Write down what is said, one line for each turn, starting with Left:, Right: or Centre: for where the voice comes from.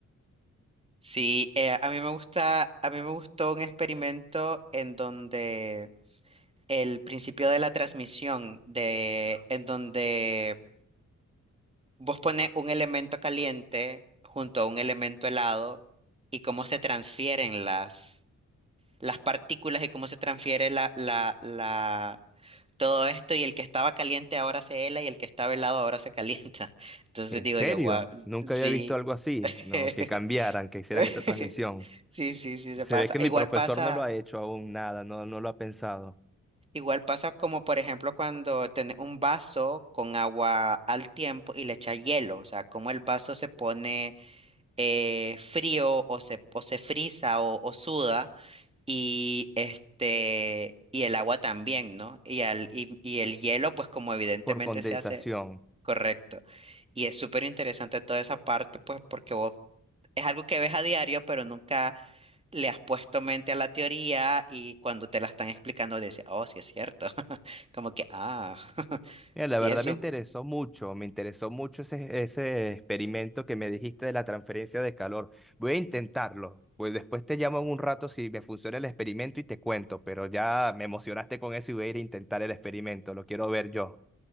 Right: Sí, eh, a mí me gusta, a mí me gustó un experimento en donde el principio de la transmisión de, en donde vos pones un elemento caliente junto a un elemento helado y cómo se transfieren las, las partículas y cómo se transfiere la, la, la, todo esto y el que estaba caliente ahora se hela y el que estaba helado ahora se calienta. <laughs> Entonces
Centre: ¿En
Right: digo
Centre: serio?
Right: yo, wow,
Centre: Nunca
Right: sí.
Centre: había visto algo así,
Right: <laughs>
Centre: ¿no? Que cambiaran, que hicieran
Right: <laughs>
Centre: esa transmisión.
Right: Sí, sí, sí, se
Centre: Se
Right: pasa.
Centre: ve que
Right: Igual
Centre: mi profesor
Right: pasa.
Centre: no lo ha hecho aún nada, no, no lo ha pensado,
Right: Igual pasa como, por ejemplo, cuando tenés un vaso con agua al tiempo y le echas hielo, o sea, como el vaso se pone eh, frío o se, o se frisa o, o suda y este, y el agua también, ¿no? Y, al, y, y el hielo, pues como evidentemente
Centre: por condensación.
Right: se hace correcto. Y es súper interesante toda esa parte, pues porque vos es algo que ves a diario, pero nunca le has puesto mente a la teoría y cuando te la están explicando dices, oh, sí es cierto. <laughs> Como que, ah. <laughs>
Centre: Mira, la
Right: Y
Centre: verdad
Right: eso,
Centre: me interesó mucho, me interesó mucho ese, ese experimento que me dijiste de la transferencia de calor. Voy a intentarlo, pues después te llamo en un rato si me funciona el experimento y te cuento, pero ya me emocionaste con eso y voy a ir a intentar el experimento, lo quiero ver yo.